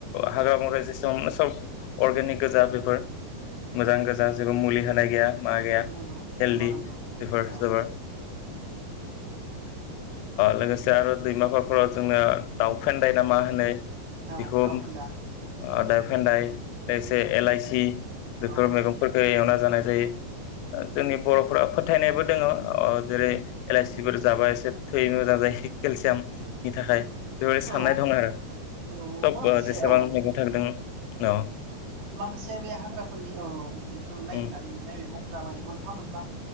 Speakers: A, on the left; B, on the right.
A: हाग्रा-बं हम सब अर्गेनिक गोजा मोजां गोजा बेफोर जेबों मुलि होनाय गैया मा गैया
B: नंगौ
A: हेलडि
B: नंगौ नंगौ
A: बेफोर
B: औ
A: जोबोर
B: नंगौ
A: लोगोसे आरो दैमाफारफोराव जोंना दाउ फेनन्दाय ना मा होनो
B: औ
A: बेखौ
B: दावफेन्दा
A: ओ दा फेन्दाय ए एलआइसि बेफोर
B: औ
A: मेगंफोरखौ एवना जानाय जै जोंनि बर'फोरा फोथायनायबो दङ ओ जेरै एलइसिफोर जाबा एसे थै मोजां जायो केलसियामनि थाखाय बेबायदि साननाय
B: औ
A: दं आरो
B: औ
A: सब
B: माखासे
A: जेसेबां
B: औ
A: मैगं थाइदों औ
B: माखासे बे हाग्राफोरनि औ बे नायग्रानै
A: उम
B: मोननाय मैगंफोरा माने मोनफा मोनफा